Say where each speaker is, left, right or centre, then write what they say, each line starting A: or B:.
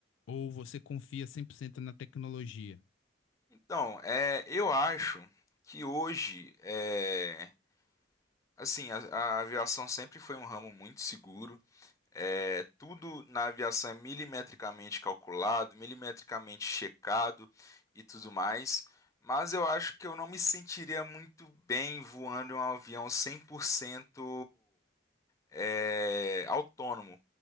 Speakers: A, on the left; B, on the left.
A: Ou você confia 100% na tecnologia?
B: Então, é, eu acho que hoje, é, assim, a, a aviação sempre foi um ramo muito seguro. É, tudo na aviação é milimetricamente calculado, milimetricamente checado e tudo mais. Mas eu acho que eu não me sentiria muito bem voando em um avião 100% é, autônomo.